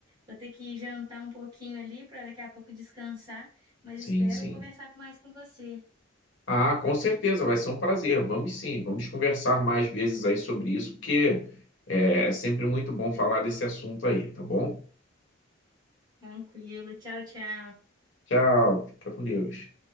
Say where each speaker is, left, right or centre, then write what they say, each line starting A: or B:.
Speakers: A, on the right (about 20°); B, on the left (about 65°).
A: vou ter que jantar um pouquinho ali para daqui a pouco descansar, mas
B: Sim,
A: espero
B: sim.
A: conversar mais com você.
B: Ah, com certeza, vai ser um prazer. Vamos sim, vamos conversar mais vezes aí sobre isso, porque é é sempre muito bom falar desse assunto aí, tá bom?
A: Tranquilo, tchau, tchau.
B: Tchau, fica com Deus.